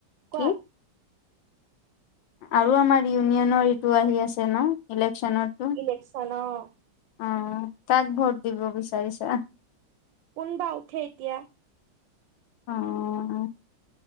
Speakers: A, on the left (about 80°); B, on the right (about 80°).
A: কি
B: কোৱা?
A: আৰু আমাৰ ইউনিয়নৰ ইটো আহি আছে ন ইলেকচনতো।
B: ইলেক্সন অ'।
A: অ', কাক ভোট দিব বিচাৰিছা?
B: কোন বা উঠে এতিয়া?
A: অ'।